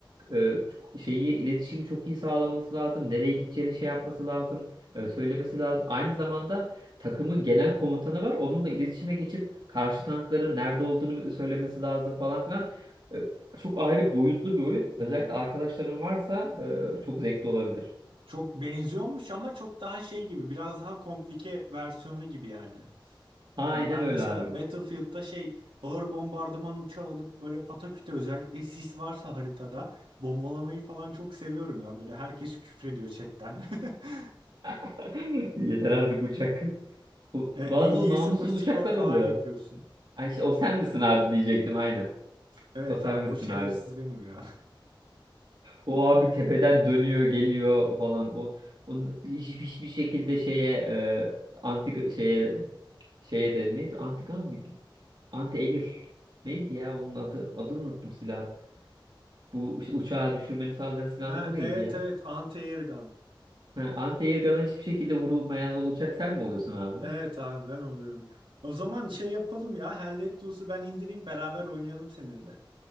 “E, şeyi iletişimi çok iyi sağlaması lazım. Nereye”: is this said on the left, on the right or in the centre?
Right